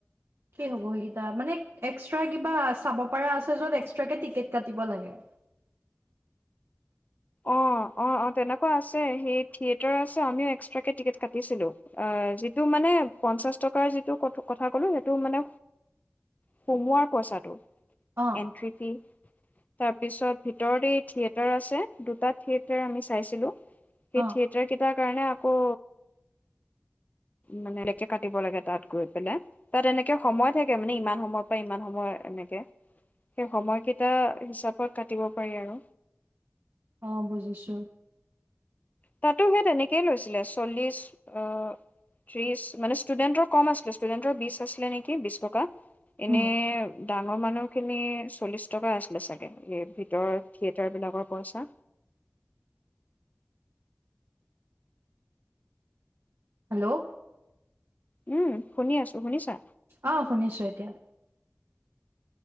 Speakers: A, on the right; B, on the left.
A: কি হ'ব সেইকেইটা মানে এক্সট্ৰা কিবা চাব পাৰা আছে য'ত এক্সট্ৰা কে টিকেট কাটিব লাগে
B: অঁ অঁ অঁ তেনেকুৱা আছে সেই থিয়েটাৰ আছে আমিও এক্সট্ৰাকে টিকেট কাটিছিলোঁ অ যিটো মানে পঞ্চাশ টকাৰ যিটো ক কথা কলো সেইটো সেইটো মানে সোমোৱাৰ পইচাটো
A: অ
B: এণ্ট্ৰি ফি তাৰপিছত ভিতৰত এই থিয়েটাৰ আছে দুটা থিয়েটাৰ আমি চাইছিলো সেই
A: অ
B: থিয়েটাৰ কেইটা কাৰণে আকৌ মানে এনেকে কাটিব লাগে তাত গৈ পেলাই তাত এনেকে সময় থাকে মানে ইমান সময়ৰ পৰা ইমান সময় এনেকে সেই সময়কেইটা হিচাপত কাটিব পাৰি আৰু
A: অ বুজিছো
B: তাতো সেই তেনেকেই লৈছিলে চল্লিছ অ ত্ৰিশ মানে ষ্টুডেণ্টৰ কম আছিলে ষ্টুডেণ্টৰ বিশ আছিলে নেকি বিশ টকা এনেই
A: উম
B: ডাঙৰ মানুহখিনি চল্লিছ টকা আছিলে চাগে এই ভিতৰৰ থিয়েটাৰবিলাকৰ পইচা
A: হেল্ল'
B: উম শুনি আছো শুনিছা
A: অ শুনিছো এতিয়া